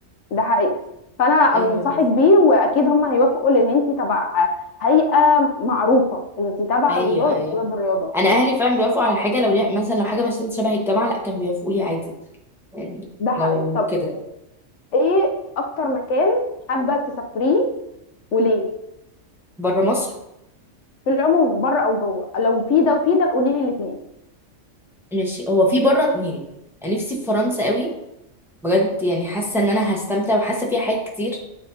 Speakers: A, on the left (about 65°); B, in the centre.
A: ده حقيقي فانا انصحك
B: ايوه
A: بيه واكيد هم هيوافقوا لان انت تبع هيئه معروفه انت تبع
B: ايوه
A: وزاره
B: ايوه
A: الشباب والرياضه
B: انا اهلي فعلا بيوافقوا على حاجه لو ليها مثلا لو حاجه مثلا شبه الجامعه لا كانوا بيوافقوا لي عادي يعني
A: ده حقيقي
B: لو
A: طب
B: كده
A: ايه اكتر مكان حابه تسافريه وليه
B: بره مصر
A: في العموم بره او جوه لو في ده وفي ده قولي لي الاثنين
B: ماشي هو في بره اتنين أنا نفسي في فرنسا قوي بجد يعني حاسه ان انا هستمتع وحاسه فيها حاجات كتير